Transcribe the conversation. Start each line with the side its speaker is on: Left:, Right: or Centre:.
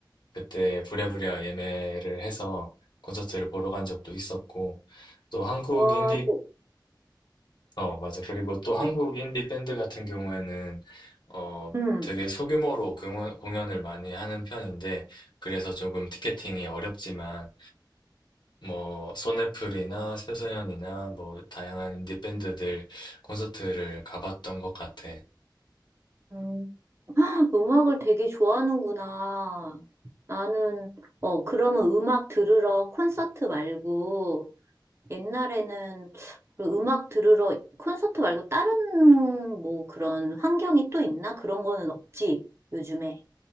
Left: 그때 부랴부랴 예매를 해서 콘서트를 보러 간 적도 있었고 또 한국
Right: 와,
Left: 인디
Right: 대,
Left: 어 맞아 그리고 또 한국
Right: 음,
Left: 인디 밴드 같은 경우에는 어
Right: 음.
Left: 되게 소규모로 공연- 공연을 많이 하는 편인데 그래서 조금 티켓팅이 어렵지만 뭐 소네플이나 새소년이나 뭐 다양한 인디 밴드들 콘서트를 가봤던 것 같아.
Right: 음. 음악을 되게 좋아하는구나. 나는, 어, 그러면 음악 들으러 콘서트 말고 옛날에는 그 음악 들으러 콘서트 말고 다른 뭐 그런 환경이 또 있나? 그런 거는 없지, 요즘에.